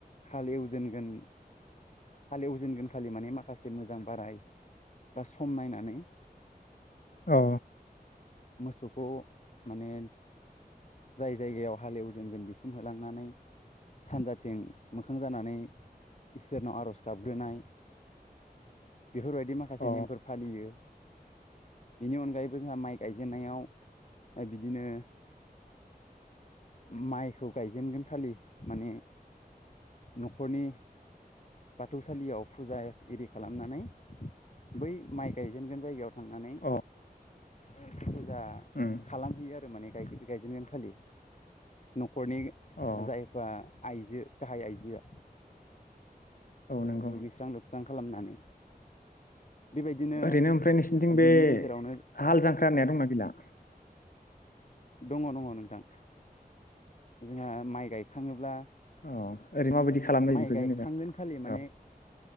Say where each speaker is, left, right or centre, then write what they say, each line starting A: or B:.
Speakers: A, on the left; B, on the left.
A: हालेवजेनगोन हालेवजेनगोन खालि माने मा खासे मोजां बाराय बा सम नायनानै
B: औ
A: मोसौखौ माने जाय जायगायाव हालेवजेनगोन बेसिम होलांनानै सानजाथिं मोखां जानानै इसोरनाव आर'ज गाबग्रोनाय बेफोरबायदि माखासे
B: अ
A: नेमफोर फालियो बेनि अनगायैबो जोंहा माइ गायजेननायाव दा बिदिनो माइखौ गायजेनगोन खालि माने न'खरनि बाथौसालियाव फुजा एरि खालामनानै बै माइ गायजेनगोन जायगायाव थांनानै
B: अ
A: <inaudible> जा
B: उम
A: खालामहैयो आरो माने गायगोन गायजेनगोन खालि न न'खरनि
B: अ
A: जायफा आइजो गाहाय आइजोआ
B: औ नंगौ
A: दुगैस्रां लोबस्रां खालामनानै बेबायदिनो
B: ओरैनो ओमफ्राय नोंसिरनिथिं
A: बिनि
B: बे
A: गेजेरावनो
B: हाल जांख्रा होननाया दंना गैला
A: दङ दङ नोंथां जोंहा माइ गायखाङोब्ला
B: औ ओरै माबायदि खालामलायो
A: माइ
B: बेखौ
A: गायखांगोन
B: जेनेबा
A: खालि माने
B: औ